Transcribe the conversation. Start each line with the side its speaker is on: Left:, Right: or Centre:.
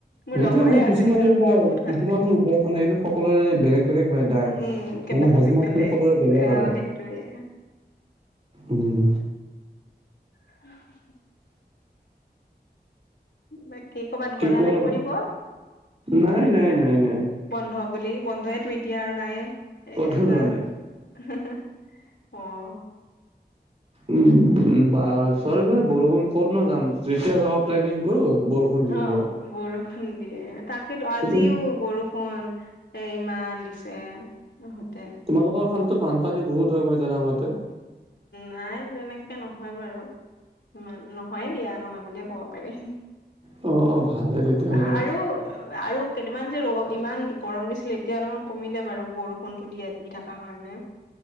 Left: মোৰ
Right: সেইটোয়ে
Left: লগৰে
Right: মানে, কিছুমানৰ
Left: আছে এইজনে
Right: পৰা
Left: বহুত পাৰে
Right: কিছুমানৰ ওপৰত মানে সেইটো সকলোৰে বেলেগ বেলেগ মানে। ত'
Left: উম কেপাচিটি
Right: মানে হজম শক্তি
Left: বেলেগ
Right: সকলৰে বেলেগ
Left: এ
Right: আৰু,
Left: সেইটোয়ে
Right: উম।
Left: উম উ, <unintelligible> বাকী কৰবাত গলা
Right: কোৱা
Left: নে
Right: আৰু
Left: ফুৰিব।
Right: নাই নাই নাই নাই
Left: বন্ধ বুলি বন্ধয়েতো এতিয়া আৰু নাই এ
Right: ক'তো
Left: যোৱা।
Right: নাই
Left: হে হে, অঁ
Right: উম বা চাৰিওফালে বৰষুণ, ক'ত নো যাম। যেতিয়া যাবা প্লেনিংটো কৰোঁ বৰষুণ দি
Left: অ
Right: দিব।
Left: বৰষুণ দিয়ে তাকেতো আজিও
Right: সেইটো
Left: বৰষুণ এ ইমান দিছে তাতে
Right: তোমালোকৰ ফালেতো বানপানী বহুত হয় মই জানামতে-
Left: নাই তেনেকে নহয় বাৰু ইমান নহয়ে দিয়া নহয় বুলিয়ে ক'ব পাৰি।
Right: অঁ অ ভালে তেতিয়াহ'লে
Left: আৰু আৰু কেইদিনমান যে ইমান গৰম দিছিলে এতিয়া অলপমান কমিলে বাৰু বৰষুণটো দিয়া দি থকাৰ কাৰণে।